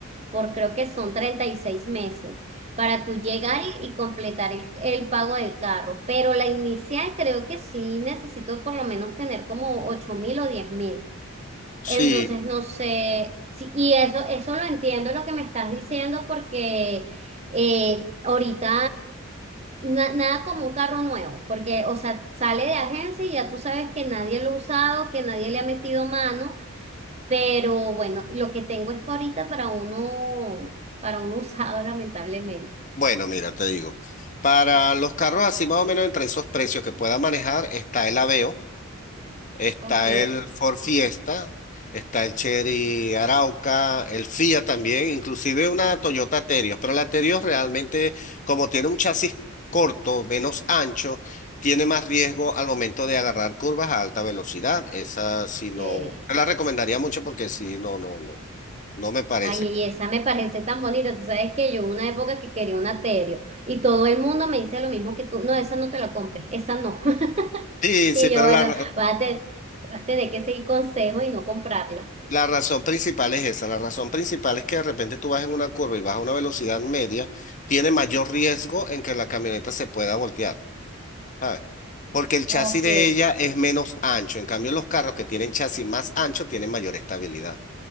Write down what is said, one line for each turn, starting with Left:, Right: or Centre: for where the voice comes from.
Right: por creo que son 36 meses para tú llegar y, y completar el, el pago del carro. Pero la inicial creo que sí necesito por lo menos tener como ocho mil o diez mil.
Left: Sí,
Right: Entonces, no sé, sí, y eso, eso lo entiendo lo que me estás diciendo porque eh, ahorita na- nada como un carro nuevo, porque, o sea, sale de agencia y ya tú sabes que nadie lo ha usado, que nadie le ha metido mano, pero bueno, lo que tengo es para ahorita para uno, para uno <laughs> usado, lamentablemente.
Left: bueno, mira, te digo, para los carros así más o menos entre esos precios que pueda manejar está el Aveo. Está
Right: Ok,
Left: el Ford Fiesta, está el Chery Arauca, el Fiat también, inclusive una Toyota Terios, pero la Terios realmente, como tiene un chasis corto, menos ancho, tiene más riesgo al momento de agarrar curvas a alta velocidad. Esa sí no,
Right: ok.
Left: no la recomendaría mucho porque sí, no, no, no, no me parece,
Right: Ay, y
Left: pues.
Right: esa me parece tan bonita. Tú sabes que yo hubo una época que quería un aterio y todo el mundo me dice lo mismo que tú. No, esa no te la compres, esa no. <laughs>
Left: Sí,
Right: Y
Left: sí, pero
Right: yo, bueno,
Left: la,
Right: voy a, te- voy a tener que seguir consejo y no comprarla.
Left: La razón principal es esa, la razón principal es que de repente tú vas en una curva y vas a una velocidad media, tiene mayor riesgo en que la camioneta se pueda voltear, ¿sabes? Porque el chasis
Right: Ok,
Left: de ella es menos ancho, en cambio los carros que tienen chasis más ancho tienen mayor estabilidad.